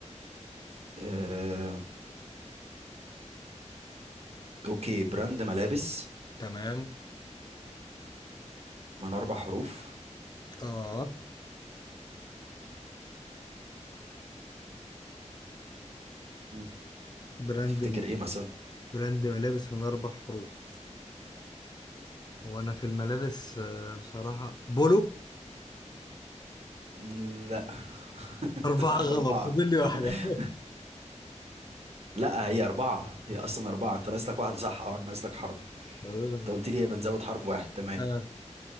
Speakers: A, on the right; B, on the left.
A: آه... اوكي براند ملابس
B: تمام
A: من اربع حروف
B: اه
A: مم،
B: براند
A: تفتكر ايه مثلا
B: براند ملابس من اربع حروف هو انا في الملابس آه، بصراحة بولو
A: مم، لا <laughs> انت
B: اربعة غلط
A: اربعة
B: فاضل لي واحدة
A: <laughs>
B: <laughs>
A: لا هي اربعة هي اصلا اربعة انت ناقص لك واحدة صح اه ناقص لك حرف
B: فاضل
A: انت
B: لي واحدة.
A: قلت لي بنزود حرف واحد تمام
B: اه